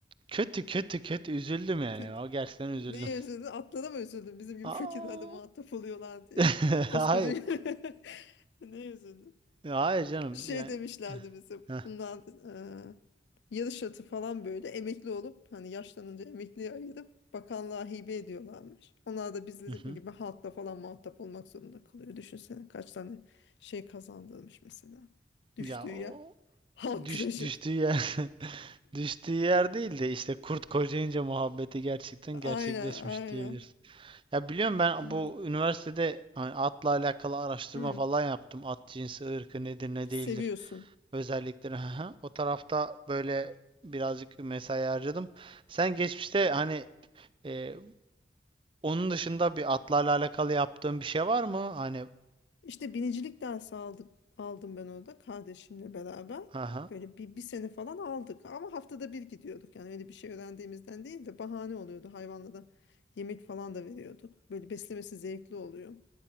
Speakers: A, on the right; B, on the left.
A: Kötü kötü kötü üzüldüm yani.
B: Kötü.
A: O gerçekten üzüldüm.
B: Neye üzüldün? Atlara mı üzüldün? Bizim gibi
A: Aa.
B: fakirlerle muhatap oluyorlar diye.
A: <laughs>
B: Koskoca
A: Hayır.
B: <laughs> neye üzüldün?
A: Ya hayır canım.
B: Şey
A: Yani
B: demişlerdi bize.
A: Heh,
B: Bunlar e, yarış atı falan böyle emekli olup hani yaşlanınca emekliye ayırıp bakanlığa hibe ediyorlarmış. Onlar da bizim
A: hı hı.
B: gibi halkla falan muhatap olmak zorunda kalıyor. Düşünsene kaç tane şey kazandırmış mesela. Düştüğü
A: Ya o
B: yer halk
A: düş,
B: plajı.
A: düştüğü yer <laughs> düştüğü yer değil de işte kurt kocayınca muhabbeti gerçekten gerçekleşmiş
B: Aynen aynen.
A: diyebiliriz. Ya biliyorum ben
B: aynen.
A: bu üniversitede hani atla alakalı araştırma
B: Hı,
A: falan yaptım. At cinsi, ırkı nedir, ne
B: seviyorsun.
A: değildir, özellikleri. <laughs> haha O tarafta böyle birazcık mesai harcadım. Sen geçmişte hani e, onun dışında bir atlarla alakalı yaptığın bir şey var mı? Hani
B: İşte binicilik dersi aldık, aldım ben orada kardeşimle beraber.
A: haha
B: Böyle bir, bir sene falan aldık ama haftada bir gidiyorduk. Yani öyle bir şey öğrendiğimizden değil de bahane oluyordu. Hayvanla da yemek falan da veriyorduk. Böyle beslemesi zevkli oluyor.